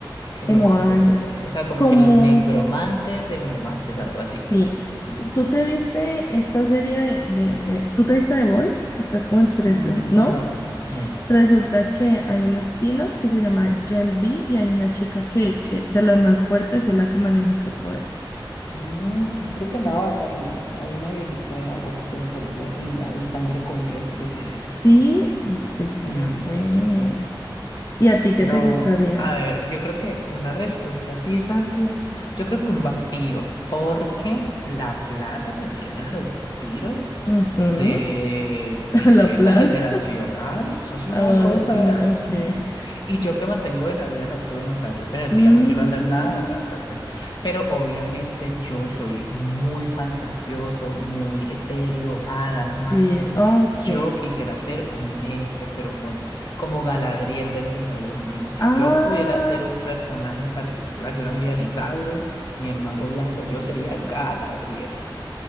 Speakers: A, on the left; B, on the left.
A: Emo
B: emo
A: algo,
B: algo.
A: es co- o sea, como
B: Como,
A: que los negromantes, emomantes, algo así.
B: sí, ¿tú te viste esta serie de, de, de- ¿tú te viste The Boys? Estás como en 13,
A: Mm,
B: ¿no?
A: no, no, no.
B: Resulta que hay un spin-off que se llama Gen V y hay una chica que, que de las más fuertes y es la que maneja este poder.
A: Mm, creo que en Avatar la- hay una viejita de agua que controla la- el, la- el sangre control, por así decirlo.
B: Sí, vea
A: Mm.
B: pues. ¿Y a ti qué
A: No,
B: te gustaría?
A: a ver, yo creo que una respuesta así rápida, yo creo que un vampiro, porque la plata que tienen los vampiros
B: Ujú,
A: de riqueza
B: <laughs> A la plata.
A: generacional, eso es
B: Ah,
A: una cosa.
B: ok.
A: <laughs> Y yo que mantengo de la vida nocturna, o sea, yo que en el
B: Mm,
A: día no quiero hacer nada, o sea, perfecto. Pero obviamente yo soy muy fantasioso, muy etéreo, hadas, magia.
B: sí, ok.
A: Yo quisiera ser un elfo, pero con como Galadriel del Señor de los Anillos. Si
B: Ah,
A: yo pudiera ser un personaje en particular, yo no sería ni Sauron ni el Mago Blanco, yo sería Galadriel.